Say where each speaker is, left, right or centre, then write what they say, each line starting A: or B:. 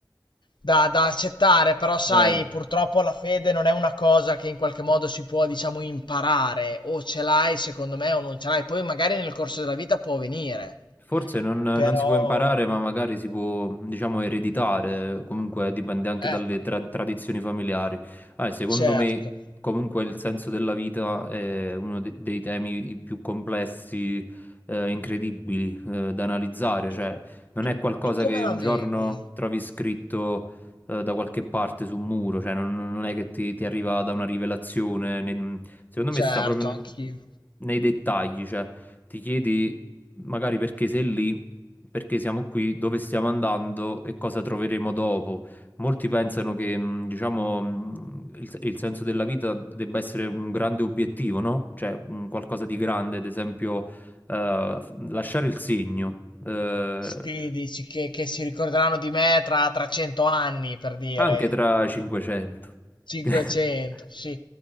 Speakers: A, on the left (about 85°); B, on the left (about 25°).
A: da, da accettare, però sai,
B: vero.
A: purtroppo la fede non è una cosa che in qualche modo si può, diciamo, imparare, o ce l'hai secondo me o non ce l'hai, poi magari nel corso della vita può venire,
B: Forse non, non
A: però
B: si può imparare, ma magari si può, diciamo, ereditare, comunque dipende anche
A: ecco,
B: dalle tra- tradizioni familiari. Eh, secondo
A: certo.
B: me, comunque, il senso della vita è uno de- dei temi più complessi, eh, incredibili, eh, da analizzare,
A: Tu,
B: cioè non
A: tu,
B: è qualcosa
A: tu
B: che
A: come la
B: un
A: vedi?
B: giorno trovi scritto, eh, da qualche parte su un muro, cioè non, non è che ti, ti arriva da una rivelazione, né- secondo
A: Certo,
B: me sta proprio n-
A: anch'io.
B: nei dettagli, cioè ti chiedi magari perché sei lì, perché siamo qui, dove stiamo andando e cosa troveremo dopo. Molti pensano che, mh, diciamo, mh, il, il senso della vita debba essere un grande obiettivo, no? Cioè, un qualcosa di grande, ad esempio, eh, f- lasciare il segno, eh,
A: Sì, dici che, che si ricorderanno di me tra, tra 100 anni, per dire.
B: anche tra 500.
A: 500,
B: <laughs>
A: sì.